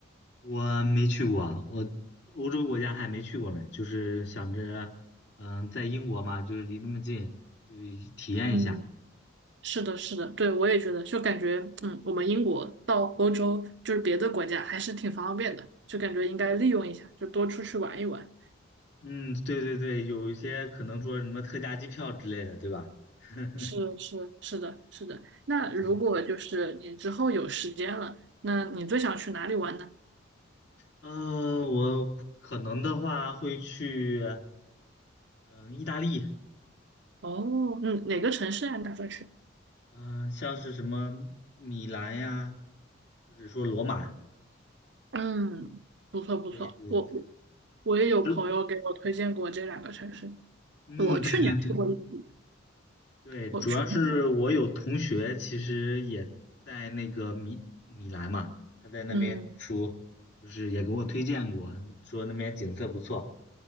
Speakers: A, on the left (about 60°); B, on the right (about 60°).
A: 我没去过啊，我欧洲国家还没去过呢，就是想着，嗯、在英国嘛，就是离那么近，就是体验一下。
B: 嗯，是的，是的，对，我也觉得，就感觉，嗯，我们英国到欧洲，就是别的国家，还是挺方便的，就感觉应该利用一下，就多出去玩一玩。
A: 嗯，对对对，有一些可能说什么特价机票之类的，对吧？<laughs>
B: 是是是的，是的。那如果就是你之后有时间了，
A: 对，
B: 那你最想去哪里玩呢？
A: 呃，我可能的话会去，嗯、意大利，
B: 哦，嗯，哪个城市啊？你打算去？
A: 嗯、像是什么米兰呀，或者说罗马，
B: 嗯，不错不错，
A: 对对对，
B: 我我我也有朋友给我推荐过这两个城市。
A: 主，嗯，
B: 我去年去过意大利，
A: 对对对对，
B: 我去年，
A: 主要是我有同学其实也在那个米米兰嘛，他在那边读书就是也给我推荐过，
B: 嗯。
A: 说那边景色不错。